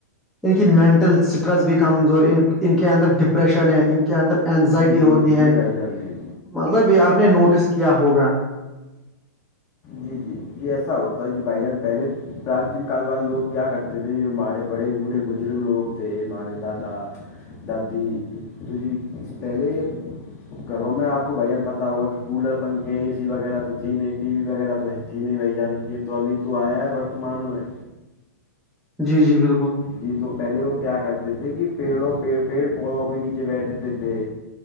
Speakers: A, in the centre; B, on the left (about 30°).
A: ان کی مینٹل اسٹریس بھی کمزور ہے ان کے اندر ڈپریشن ہے ان کے اندر اینزائٹی
B: جی جی
A: ہوتی
B: جی
A: ہے
B: بھائی جان جی
A: مطلب یہ آپ نے نوٹس کیا ہوگا
B: جی جی جی ایسا ہوتا جی بھائی جان پہلے پرچیین کال والے لوگ کیا کرتے ماے بڑے بڑھے بزرگ لگ تھے مارے داد داد ت جی پہلے یہ گھروں میں آپ کو بھان پتا ہوا کہ کولر پنکھ اے سی وغیرہ تو تھی نہیں ٹی وی وغیرہ تو تھی نہیں بھائی جان یہ تو ابھی تو آیا ہے ورتمان میں
A: جی جی بالکل
B: جی تو پہلے وہ کیا کرتے تھے کہ پیڑوں پیڑ پودوں کے نیچے بیٹھتے تھے